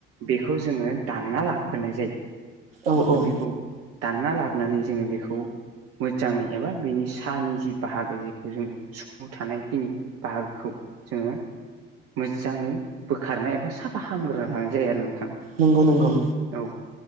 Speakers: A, on the right (about 55°); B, on the right (about 80°).
A: बेखौ जोङो दानना लाबग्रोनाय जायो।
B: औ औ।
A: बेखौ दानना लाबोनानै जोङो बेखौ मोजाङै एबा बेनि साहनि जि बाहागो जेखौ जों सु थानायखिनि बाहागोखौ जोङो मोजाङै बोखारनाय एबा साफा हामग्रोना लानाय जायो आरो नोंथां।
B: नंगौ नंगौ
A: औ